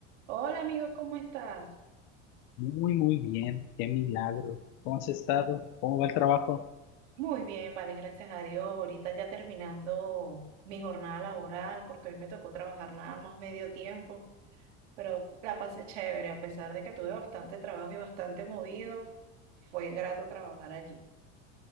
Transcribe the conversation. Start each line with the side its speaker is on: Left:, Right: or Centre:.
Right: Hola amigo, ¿cómo estás?
Left: Muy, muy bien, qué milagro. ¿Cómo has estado? ¿Cómo va el trabajo?
Right: Muy bien, vale, gracias a Dios. Ahorita ya terminando mi jornada laboral porque hoy me tocó trabajar nada más medio tiempo, pero la pasé chévere, a pesar de que tuve bastante trabajo y bastante movido, fue grato trabajar allí.